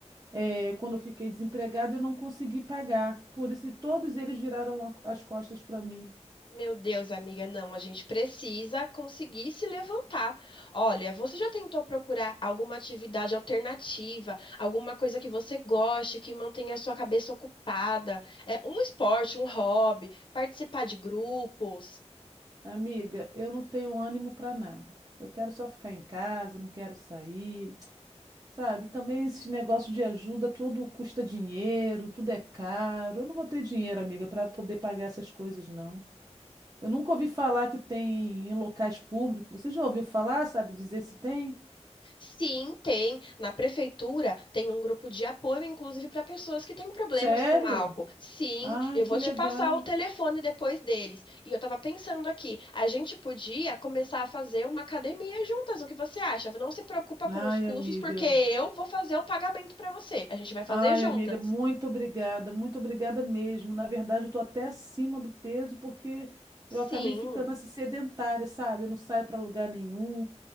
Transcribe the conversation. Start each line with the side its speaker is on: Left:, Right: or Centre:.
Right: eh, quando eu fiquei desempregada, eu não consegui pagar. Por isso, todos eles viraram a- as costas para mim.
Left: Meu Deus, amiga, não, a gente precisa conseguir se levantar. Olha, você já tentou procurar alguma atividade alternativa, alguma coisa que você goste, que mantenha a sua cabeça ocupada? É um esporte, um hobby, participar de grupos?
Right: Amiga, eu não tenho ânimo para nada. Eu quero só ficar em casa, não quero sair, sabe? Também esses negócios de ajuda, tudo custa dinheiro, tudo é caro. Eu não vou ter dinheiro, amiga, para poder pagar essas coisas, não. Eu nunca ouvi falar que tem em locais públicos. Você já ouviu falar, sabe, dizer se tem?
Left: Sim, tem. Na prefeitura tem um grupo de apoio, inclusive para pessoas que têm problemas
Right: Sério?
Left: com álcool. Sim,
Right: Ai,
Left: eu
Right: que
Left: vou
Right: legal.
Left: te passar o telefone depois deles. E eu tava pensando aqui, a gente podia começar a fazer uma academia juntas. O que você acha? Não se preocupa com
Right: Ai,
Left: os custos,
Right: amiga.
Left: porque eu vou fazer o pagamento para você. A gente vai fazer
Right: Ai,
Left: juntas.
Right: amiga, muito obrigada, muito obrigada mesmo. Na verdade, eu estou até acima do peso porque eu
Left: Sim.
Right: acabei ficando assim sedentária, sabe? Eu não saio para lugar nenhum,